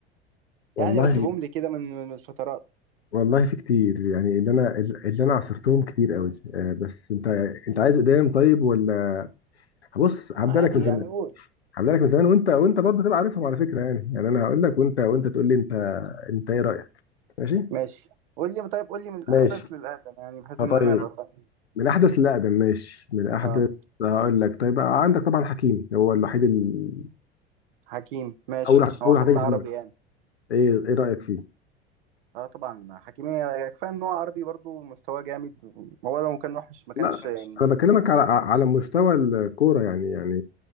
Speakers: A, on the left; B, on the right.
A: والله
B: يعني رتبهم لي كده من من الفترات
A: والله في كتير يعني اللي انا اللي انا عصرتهم كتير قوي آه، بس انت انت عايز قدام طيب ولا بص هبدا
B: عادي
A: لك من زمان
B: يعني قول
A: هبدا لك من زمان وانت وانت برضه تبقى عارفهم على فكره يعني يعني انا هقول لك وانت وانت تقول لي انت انت ايه رايك ماشي
B: ماشي قول لي طيب قول لي من الاحدث
A: ماشي
B: للاقدم يعني بحيث
A: فطيب
B: ان انا ابقى فاهم
A: من احدث لاقدم ماشي من احدث
B: اه
A: هقول لك طيب عندك طبعا حكيم هو الوحيد ال...
B: حكيم ماشي
A: اول اول
B: هو
A: واحد
B: حتى
A: هيجي في
B: عربي
A: دماغك
B: يعني
A: ايه ايه رايك فيه
B: اه طبعا حكيم هي- كفايه ان هو عربي برضو مستواه جامد هو لو كان وحش ما كانش
A: لا
B: يعني
A: انا بكلمك على على مستوى الكوره يعني يعني